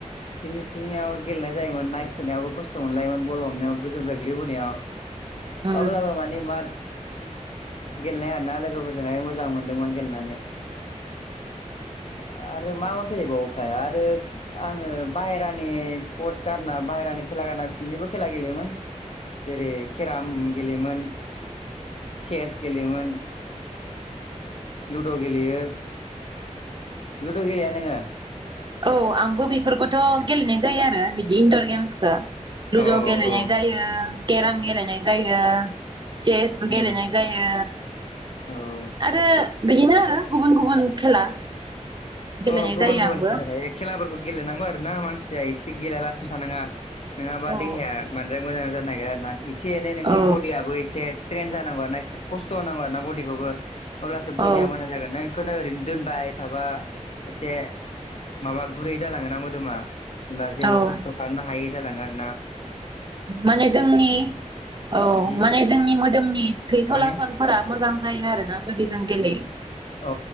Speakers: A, on the left; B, on the right.
A: थिनि थिनियाव गेलेनाय जायोमोन नायखोनायावबो खस्थ' मोनलायोमोन बल हमनायाव गो गोजौनिफ्राय गोलै बोनायाव
B: उम
A: अब्लाबो माने माथ गेलेनाय आरोना लोगोफोरजोंहाय मोजां मोनदोंमोन गेलेनानै <inaudible> आरो मा मा गेलेबावोखाय आरो आङो बाहेरानि स्पर्टस गारना बाहेरा नि खेला गाना सिंनिबो खेला गेलेयोमोन जेरै केराम गेलेयोमोन चेस गेलेयोमोन लुद' गेलेयो लुद' गेलेया नोङो
B: औ आंबो बेफोरखौथ' गेलेनाय जायो आरो बिदि इन्दर गेम्स ओ लुद'
A: औ
B: गेलेनाय
A: औ
B: जायो केराम गेलेनाय जायो चेसबो
A: उम
B: गेलेनाय जायो
A: औ
B: आरो बिदिनो आरो गुबुन गुबुन खेला गेलेनाय
A: अ गुबुन
B: जायो
A: गुबुन
B: आंबो
A: खेला थायो खेलाफोरखौ गेलेनांगौ आरोना मानसिया एसे गेलेयालासिनो थानाङा नोङाबा
B: औ
A: देहाया बांद्राय मोजां जानो नागिरा आरो ना एसे एनै नोंनि
B: औ
A: बडियाबो एसे ट्रेन जानांगौ आर ना एसे खस्थ' होनांगौ आरो ना बडिखौबो अब्लासो बडिया
B: औ
A: मोजां जागोन नो खोनो ओरैनो दोनबाय थाबा एसे माबा गुरै जालाङो ना मोदोमा होनोमबा जेबो
B: औ
A: खस्थ' खालामनो हायै जालाङो आरोना
B: माने जोंनि औ
A: उम
B: माने जोंनि मोदोमनि थै सलासलफोरा
A: माने
B: मोजां जायो आरोना जुदि जों गेलेयो
A: अ